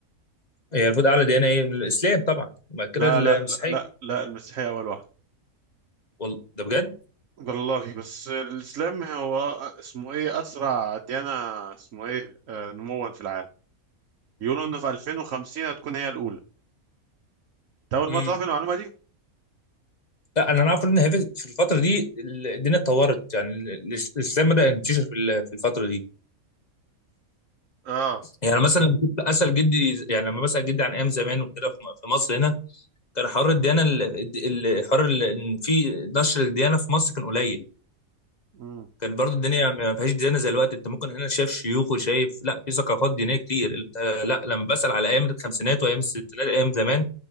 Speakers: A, on the left (about 30°); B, on the right (about 65°).
A: هي المفروض اعلى ديانه ايه؟ الاسلام طبعا وبعد كده
B: لا
A: المسيحيه
B: لا لا لا, لا المسيحية أول واحدة
A: والله ده بجد؟
B: والله بس الإسلام هو اسمه إيه أسرع ديانة اسمه إيه آه، نموا في العالم بيقولوا إنه في 2050 هتكون هي الأولى أنت أول
A: امم
B: مرة تعرف المعلومة دي؟
A: لا انا اعرف ان هي في في الفتره دي الدنيا اتطورت يعني ال- ال- الاسلام بدا ينتشر في ال- في الفتره دي
B: آه
A: يعني مثلا لما كنت اسال جدي يعني لما بسال جدي عن ايام زمان وكده في في مصر هنا كان حوار الديانه ال- ال- حوار ال- ان في نشر الديانه في مصر كان قليل
B: مم.
A: كان برضو الدنيا ما فيهاش ديانه زي الوقت انت ممكن هنا شايف شيوخ وشايف لا في ثقافات دينيه كتير انت لا لما بسأل على ايام الخمسينات وايام الستينات ايام زمان